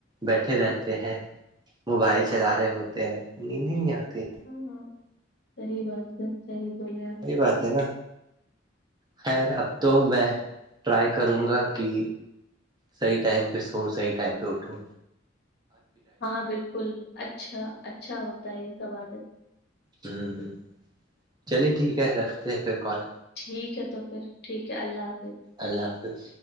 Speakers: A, on the right; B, on the left.
A: بیٹھے رہتے ہیں موبائل چلا رہے ہوتے ہیں نیندی نہیں آتی
B: ہاں ہاں صحیح بات ہے صحیح بولے آپ
A: یہی بات ہے نا خیر اب تو میں ٹرائی کروں گا کہ سحی ٹائم پہ سوحی ائم پہ اٹھو
B: ہاں بالکل اچھا اچھا ہوتا ہے یہ سب عادت
A: ہ ہ چلیے ٹھیک ہے رکھتے ہیں پھر کال
B: ٹھیک ہے تو پھر ٹھیک ہے اللہ حافظ
A: اللہ حافظ